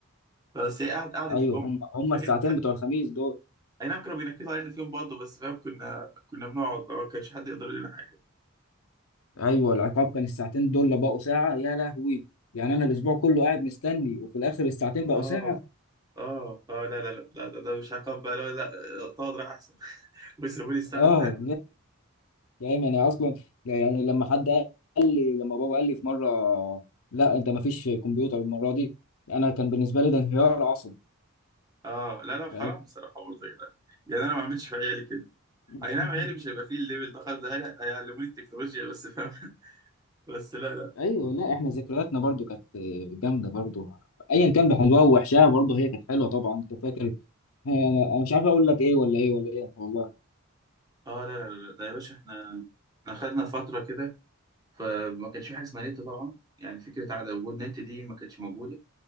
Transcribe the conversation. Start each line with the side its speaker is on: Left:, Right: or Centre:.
Right: بس هي قعد قعده
Left: ايوه
Right: الجمعه
Left: هم هم
Right: فكده
Left: الساعتين بتوع الخميس دول
Right: اي نعم كانوا بينكدوا علينا فيهم برضه بس فاهم كنا كنا بنقعد بقى ما كانش حد يقدر يقول لنا حاجه
Left: ايوه العقاب كان الساعتين دول اللي بقوا ساعة يا لهوي يعني انا الاسبوع كله قاعد مستني وفي الاخر الساعتين بقوا
Right: اه
Left: ساعة
Right: اه اه لا لا لا لا، ده, ده مش عقاب بقى لا لا اقعد راح احسن <laughs> ويسيبوا لي الساعه
Left: اه
Right: التانية
Left: فاهم انا اصلا يعني لما حد قال لي لما بابا قال لي في مره لا انت ما فيش كمبيوتر المره دي انا كان بالنسبه لي ده انهيار عصبي
Right: اه لا لا حرام
Left: فاهم
Right: بصراحه برضه يا جدعان يعني انا ما اعملش في عيالي كده
Left: <laughs>
Right: اي نعم عيالي مش هيبقى فيه الليفل ده خالص ده عيالي هيعلموني التكنولوجيا بس فاهم <laughs> بس لا لا
Left: ايوه لا احنا ذكرياتنا برضو كانت جامده برضو ايا كان بحلوها ووحشها برضو هي كانت حلوه طبعا انت فاكر انا أنا مش عارف اقول لك ايه ولا ايه ولا ايه والله
Right: اه لا لا لا ده يا باشا احنا احنا خدنا فتره كده فما كانش في حاجه اسمها نت طبعا يعني فكره عدم وجود نت دي ما كانتش موجوده